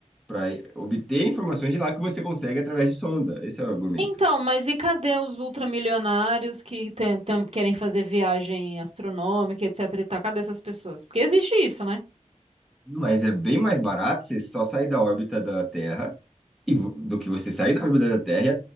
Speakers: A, in the centre; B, on the right (about 50°).
A: para obter informações de lá que você consegue através de sonda. Esse é o argumento.
B: Então, mas e cadê os ultramilionários que tem- tam- querem fazer viagem astronômica, etc e tal? Cadê essas pessoas? Porque existe isso, né?
A: Mas é bem mais barato você só sair da órbita da Terra e vo- do que você sair da órbita da Terra